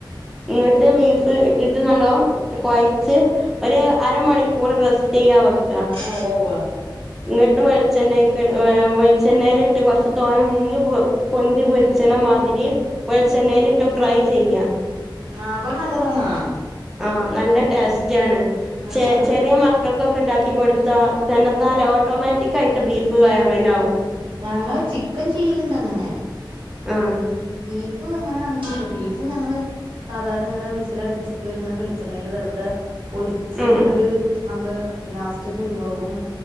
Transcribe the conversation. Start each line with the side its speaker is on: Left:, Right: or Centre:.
Centre: ഇങ്ങട്ട് ബീഫ് ഇട്ടിട്ട് നല്ലോ കൊഴച്ച് ഒര് അരമണിക്കൂർ റെസ്റ്റെയ്യാൻ വെക്
Right: ആഹ് ഉവ്വാ ഉവ്വാ
Centre: ഇങ്ങിട്ട് വെളിച്ചെണ്ണക്ക് ഏഹ് വെളിച്ചെണ്ണയിലിട്ട് കൊറച്ച് തോനെ മുങ്ങി പൊ പൊന്തി പൊരിച്ചണ മാതിരി വെളിച്ചെണ്ണയിലിട്ട് ഫ്രൈ ചെയ്യാ.
Right: ആഹ് അപ്പൊ നല്ലതാണാ?
Centre: ആ നല്ല ടേസ്റ്റാണ്.
Right: ആഹ്
Centre: ചെ ചെറിയ മക്ക് ക്കൾക്കൊക്കെ ഇണ്ടാക്കി കൊടുത്താ തന്നെത്താനെ ഓട്ടോമാറ്റിക്കായിട്ട് ബീഫ് വയറേലാകും.
Right: ഞങ്ങള് ചിക്കൻ ചെയ്യല്ണ്ട് അങ്ങനെ.
Centre: ആഹ്
Right: ബീഫ് അങ്ങനെ കാണി <unintelligible> വെരും ബീഫ് ഞങ്ങള് സാധാരണ ഇങ്ങനെ വിസലടിപ്പിച്ചിട്ട് ഇങ്ങനെ വെളിച്ചെണ്ണയില് വെറുതെ പൊരിച്ചിട്ട്
Centre: ഉം
Right: നമ്മള് ലാസ് ച്ച് കുരുമൊളകും